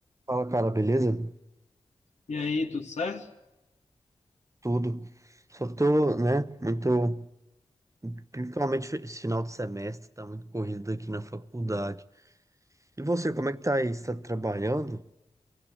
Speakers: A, on the right (about 25°); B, on the left (about 80°).
A: Fala, cara, beleza?
B: E aí, tudo certo?
A: Tudo. Só tô, né, muito. Principalmente esse final de semestre, tá muito corrido aqui na faculdade. E você, como é que tá aí? Você tá trabalhando?